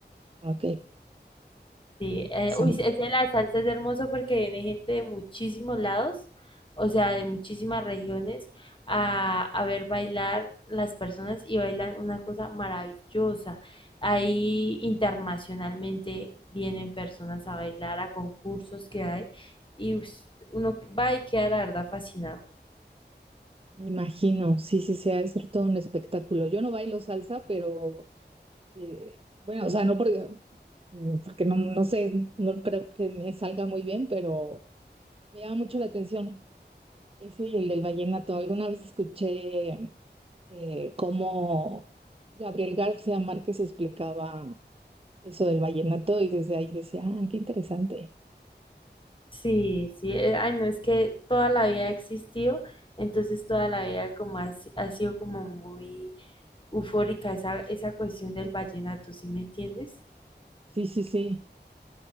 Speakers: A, on the right; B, on the left.
A: ah, Ok,
B: Sí,
A: interesante.
B: eh, uy, ese de la salsa es hermoso porque viene gente de muchísimos lados, o sea, de muchísimas regiones, a, a ver bailar las personas y bailan una cosa maravillosa. Ahí internacionalmente vienen personas a bailar a concursos que hay y ush, uno va y queda la verdad fascinado.
A: Me imagino, sí, sí, sí, ha de ser todo un espectáculo. Yo no bailo salsa, pero eh, bueno, o sea, no porque, mm, porque no, no sé, no creo que me salga muy bien, pero me llama mucho la atención. Ese y el del vallenato. Alguna vez escuché eh, cómo Gabriel García Márquez explicaba eso del vallenato y desde ahí decía, ah, qué interesante.
B: Sí, sí, eh, ay, no, es que toda la vida ha existido, entonces toda la vida como ha, si- ha sido como muy eufórica esa, esa cuestión del vallenato, ¿sí me entiendes?
A: Sí, sí, sí.